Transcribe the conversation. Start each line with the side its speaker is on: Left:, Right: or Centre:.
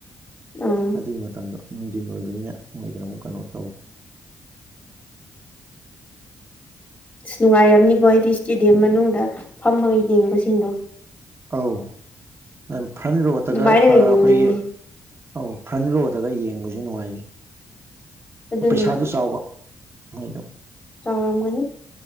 Left: ꯎꯝ
Right: ꯑꯗꯨꯗꯤ ꯃꯗꯣ ꯅꯨꯡꯊꯤꯟ ꯑꯣꯏꯕꯅꯤꯅ ꯃꯣꯏꯗꯅ ꯑꯃꯨꯛ ꯀꯩꯅꯣ ꯇ
Left: ꯑꯁ ꯅꯨꯡꯉꯥꯏꯔꯝꯅꯤꯀꯣ ꯍꯥꯏꯗꯤ ꯏꯁꯇꯦꯗꯤꯌꯝ ꯃꯅꯨꯡꯗ ꯐꯝꯃꯒ ꯌꯦꯡꯕꯁꯤꯡꯗꯣ
Right: ꯑꯧ ꯅ ꯐ꯭ꯔꯟ ꯔꯣꯠꯇꯒ
Left: ꯑꯗꯨꯃꯥꯏꯅꯒ
Right: ꯑꯩꯈꯣꯏꯒꯤ
Left: ꯌꯦꯡꯅꯤꯡꯉꯦ
Right: ꯑꯧ ꯐ꯭ꯔꯟ ꯔꯣꯗꯒ ꯌꯦꯡꯕꯁꯨ ꯅꯨꯡꯉꯥꯏꯈꯤ
Left: ꯑꯗꯨꯅꯤ
Right: ꯄꯩꯁꯥꯗꯨ ꯆꯥꯎꯕ ꯃꯣꯏꯗꯣ
Left: ꯆꯥꯎꯔꯝꯒꯅꯤ